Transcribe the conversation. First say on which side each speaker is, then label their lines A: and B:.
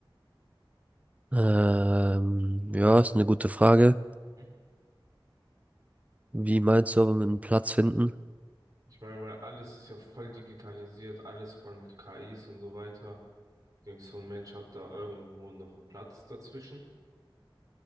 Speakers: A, on the right; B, on the right.
A: Ähm, ja, ist eine gute Frage.
B: Hm?
A: Wie meinst du, aber mit einem Platz finden?
B: Ich meine, weil alles ist ja voll digitalisiert, alles voll mit KIs und so weiter. Denkst du, ein Mensch hat da irgendwo noch einen Platz dazwischen?